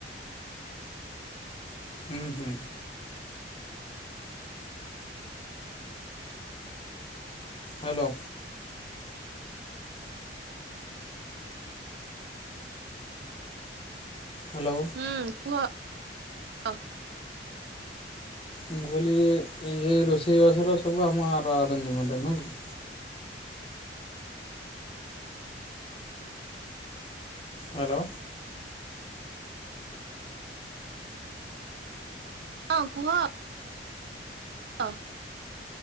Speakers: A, on the left (about 30°); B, on the right (about 65°).
A: ହୁଁ ହୁଁ। ହାଲୋ। ହ୍ୟାଲୋ
B: ହୁଁ କୁହ ଅ?
A: ମୁଁ କହିଲି ଏଇ ରୋଷେଇବାସର ସବୁ ଆମ ର ଆ ଆରେଞ୍ଜମେଣ୍ଟ ନୁହୁଁ କି? ହାଲୋ।
B: ହଁ କୁହ? ହ।